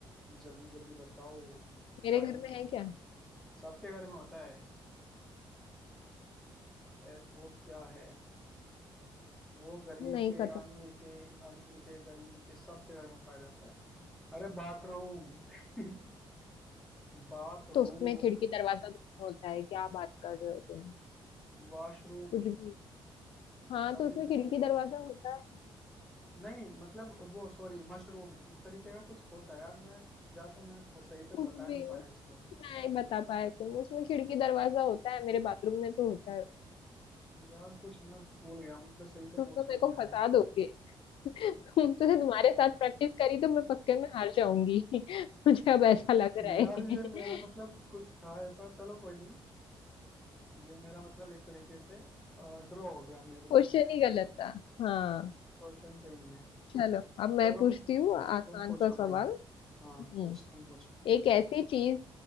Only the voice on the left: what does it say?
मेरे
घर में है क्या
नहीं
पता
तो उसमें खिड़की दरवाजा दोनों होता है क्या बात कर रहे हो तुम
कुछ भी हाँ
तो उसमें खिड़की दरवाजा होता है
कुछ
भी
नहीं बता पाए तुम उसमें खिड़की दरवाजा होता है मेरे बाथरूम में तो होता है
तुम
तो मेरे
को
फंसा दोगे तुम तुमसे तुम्हारे साथ प्रैक्टिस करी तो मैं पक्के में हार जाऊंगी <laughs> मुझे अब ऐसा लग
रहा है
<laughs>
क्वेश्चन
ही गलत था हाँ
चलो अब मैं
पूछती हूँ आसान
सा सवाल
हम्म
एक ऐसी चीज